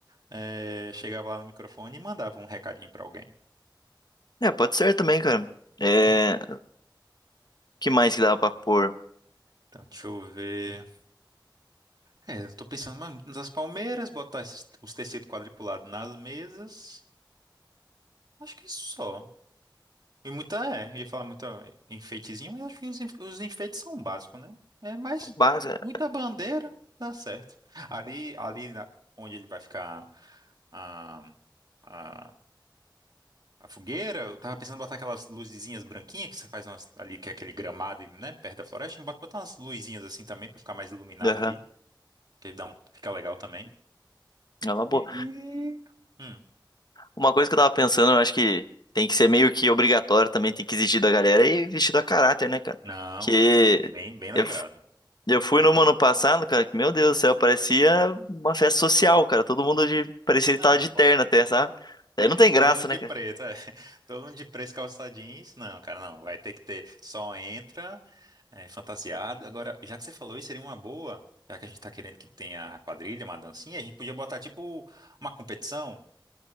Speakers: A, on the right; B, on the left.
A: eh, chegava lá no microfone e mandava um recadinho pra alguém.
B: É, pode ser também, cara. É,
A: né?
B: que mais que dava pra pôr?
A: Então, deixa eu ver. É, eu tô pensando mais nas palmeiras, botar esses- os tecidos quadriculados nas mesas. Acho que só. E muita, é, eu ia falar muita enfeitezinho, mas acho que os enf- os enfeites são básicos, né? É, mas
B: Base.
A: muita bandeira dá certo. Ali, ali na- onde ele vai ficar a, a, a fogueira, eu tava pensando em botar aquelas luzinhas branquinhas que você faz umas- ali, que é aquele gramado, e né, perto da floresta, bota botar umas luzinhas assim também pra ficar mais iluminado
B: Aham.
A: ali, que dá um, fica legal também.
B: É uma boa.
A: E... Hum,
B: Uma coisa que eu tava pensando, eu acho que tem que ser meio que obrigatório também, tem que exigir da galera e vestido a caráter, né, cara?
A: não,
B: Que
A: bem, bem lembrado.
B: eu, f- eu fui no ano passado, cara, que meu Deus do céu, parecia uma festa social, cara. Todo mundo de, parecia
A: Não,
B: que tava de
A: pô.
B: terno até, sabe? Aí não tem graça,
A: Todo mundo
B: né,
A: de preto,
B: cara?
A: é. <laughs> Todo mundo de preto, calça jeans. Não, cara, não. Vai ter que ter. Só entra, é, fantasiado. Agora, já que você falou isso, seria uma boa. Já que a gente tá querendo que tenha a quadrilha, uma dancinha, a gente podia botar, tipo, uma competição,